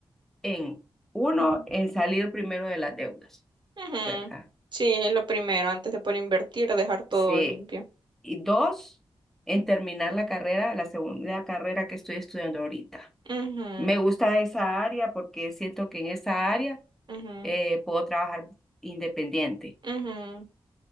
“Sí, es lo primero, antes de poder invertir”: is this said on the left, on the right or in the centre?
Right